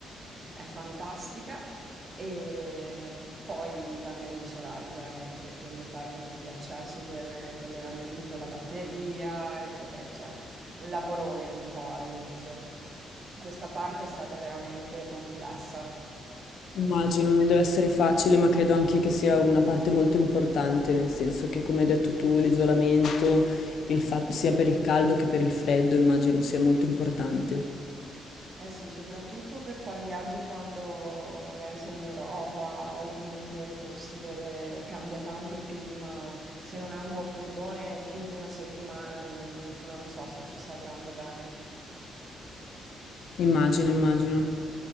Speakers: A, on the right; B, on the left.
A: è fantastica. E poi i pannelli solari, chiaramente, quindi fare tutti gli accessi per il collegamento con la batteria, eccetera, eccetera un lavorone un po' all'inizio. Questa parte è stata veramente complessa.
B: Immagino, non deve essere facile, ma credo anche che sia una parte molto importante, nel senso che, come hai detto tu, l'isolamento, il fa- sia per il caldo che per il freddo, immagino sia molto importante.
A: Eh sì, soprattutto per far viaggi quando magari sei in Europa o comunque in posti dove cambia tanto il clima. Se non hai un buon furgone, più di una settimana non, non- non so se ci stai tanto bene.
B: Immagino, immagino.